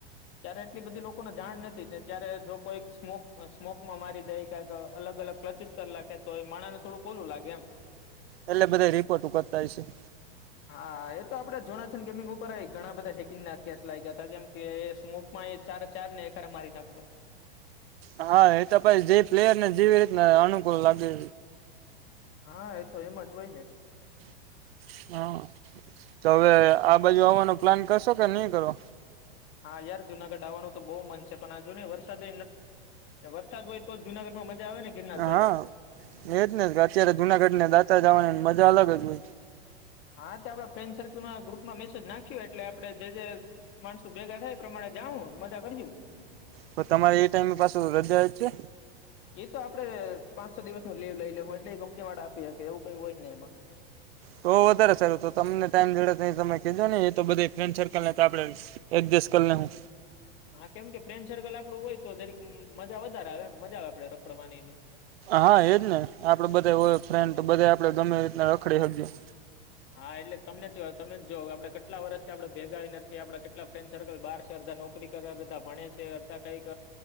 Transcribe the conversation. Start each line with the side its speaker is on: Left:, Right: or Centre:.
Left: ત્યારે એટલી બધી લોકોને જાણ નથીતી ત્યારે જો કોઈક સ્મોક સ્મોકમાં મારી દે કાતો અલગ અલગ પ્ચીસ કલાક તો એ માણા ને થોડું કોલું લાગે એમ.
Right: એટલે બધા રિપોર્ટ કરતા હશે.
Left: હા એ તો આપડે જોનાથન ગેમિંગ ઉપર ઘણા બધા હેકિંગ ના કેશ લાગ્યા હતા કેમ કે એ સ્મોકમાં ચારે ચાર ને એરે મારી નાખતો
Right: હા એ તો પછી જે પ્લેયર ને જે અનુકૂળ લાગે.
Left: હા એ તો એમ જ હોય ને.
Right: <inaudible> હા તો હવે આ બાજુ આવવાનો પ્લાન કરશો કે નહી કરો.
Left: હા યાર જુનાગઢ આવવાનું તો બહુ મન છે પણ આજુ નઈ વરસાદ વરસાદ હોય તો જુનાગઢ માં મજા. આવે ને ગિરનાર ચડવાની
Right: હા એજ ને કે અત્યારે જુનાગઢને દાતા જવાની મા. અલગ જ ભ
Left: હા તો આપડા ફ્રેન્ડ સર્કલમાં ગ્રુપમાં મેસેજ નાખ્યો એટલે આપે જે જે માણસો ભેગા થાય એ પ્રમાણે. જાઉં મજા કરીએ.
Right: તો તમારે એ ટાઈમે પાછું હૃદય જ છે?
Left: એ તો આપડે પાંચ છ દિવસ નું લીવ લઈ લે વાળા આપી શ એવું. કોઈ હોય ને એમાં.
Right: તો વધારે સારું તો તમને ટાઈમ દડે સમય કજો નને એ તો બધ ફ્રેન્ડ સર્કલ ને તો આપડે ચસ કરને હું.
Left: હા કેમ કે ફ્રેન્ડ સર્કલ આપડું હોય તો દરેક મજા વધારે આવે મજા આવે આપડે રખડવાનીને.
Right: હા એજ ને આપડે બધા હોય ફ્રેન્ડ તો બધા આપડ ગમે એટલા રખડી હકીએ.
Left: હા એટલે તમને તમે જ જો આપડે કેટલા વર્ષથી આપડે ભેગા નથી આપડા કેટલા ફ્રેન્ડ સર્કલ બાર છે. બધ નોકરી કર બધા ભણે છે બધા કઈક